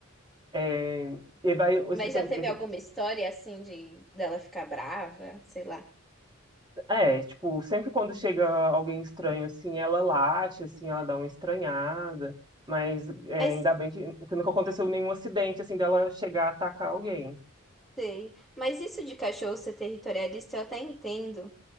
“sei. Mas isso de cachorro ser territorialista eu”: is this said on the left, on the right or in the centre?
Centre